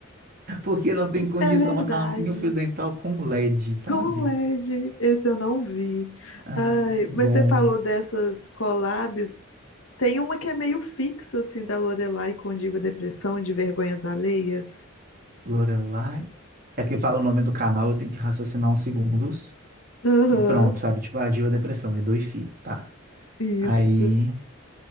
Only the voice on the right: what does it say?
Porque não tem condição
uma calcinha um fio dental com LED, sabe?
Ai,
muito
bom.
Lorelai. É porque fala o nome do canal, eu tenho que raciocinar uns segundos.
E pronto, sabe? Tipo, a Diva Depressão, é dois fi, tá?
Aí.